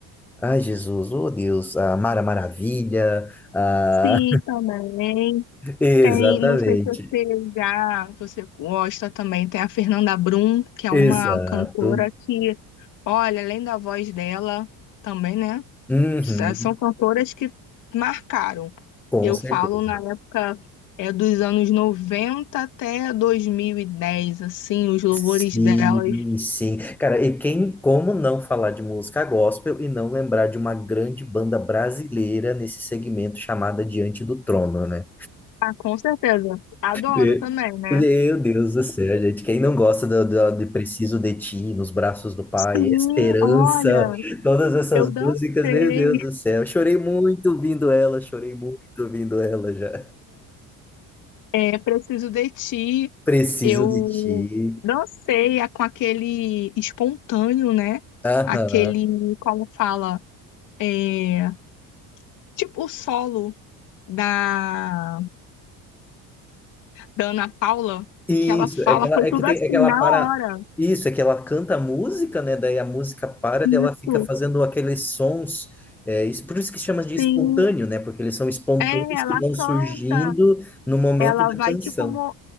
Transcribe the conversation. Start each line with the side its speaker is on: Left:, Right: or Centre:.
Centre: Ai, Jesus, oh Deus, a Mara Maravilha. a
Left: Sim, também.
Centre: Exatamente.
Left: Tem, não sei se você já, se você gosta também, tem a Fernanda Brum, que é
Centre: Exato.
Left: uma cantora que, olha, além da voz dela, também, né?
Centre: Uhum.
Left: sa- São cantoras que marcaram.
Centre: Com
Left: Eu
Centre: certeza.
Left: falo na época é dos anos 90 até 2010, assim, os louvores
Centre: Sim,
Left: delas.
Centre: sim. Cara, e quem, como não falar de música gospel e não lembrar de uma grande banda brasileira nesse segmento chamada Diante do Trono, né?
Left: Ah, com certeza. Adoro
Centre: É.
Left: também, né?
Centre: Meu Deus do céu, gente. Quem não gosta do, do- de Preciso de Ti, Nos Braços do Pai,
Left: Sim,
Centre: Esperança,
Left: olha,
Centre: todas essas
Left: eu dancei.
Centre: músicas, meu Deus do céu. Chorei muito ouvindo ela, chorei muito ouvindo ela já.
Left: É, Preciso de Ti.
Centre: Preciso
Left: Eu
Centre: de Ti.
Left: dancei a- com aquele espontâneo, né?
Centre: Aham.
Left: Aquele, como fala, é, tipo o solo da da Ana Paula,
Centre: Isso,
Left: o que ela fala
Centre: é que ela,
Left: foi
Centre: é
Left: tudo
Centre: que tem,
Left: assim,
Centre: é que ela
Left: na
Centre: para.
Left: hora.
Centre: Isso, é que ela canta a música, né? Daí a música para e ela
Left: Isso,
Centre: fica fazendo aqueles sons. É, isso, por isso que chama de espontâneo,
Left: sim.
Centre: né? Porque eles são espontâneos
Left: É, ela
Centre: que vão
Left: canta,
Centre: surgindo no momento
Left: ela
Centre: da
Left: vai
Centre: canção.
Left: tipo, mo-